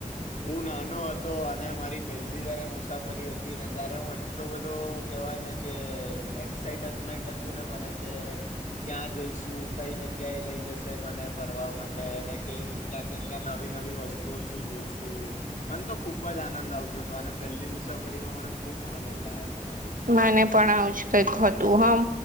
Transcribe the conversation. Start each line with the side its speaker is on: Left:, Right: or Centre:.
Left: હું નાનો હતો અને મારી પહેલી જયારે મુસાફરી હતી ને ત્યારે હું એટલો બધો કેવાય ને કે એક્સાઈટમેન્ટ હતું ને મને કે ક્યાં જઈશું કઈ જગ્યા એ લઈ જશે મને ફરવા માટે અને કઈ રીત્યાં ત્યા નવી નવી વસ્તુઓ શું જોઈશું પણ તો ખુબ જ આનંદ આવતો હતો અને પેલી મુસાફરીમાં મને ખુબ આનંદ આવ્યો હતો મારી
Right: મને પણ આવું જ કઈક હતું હમ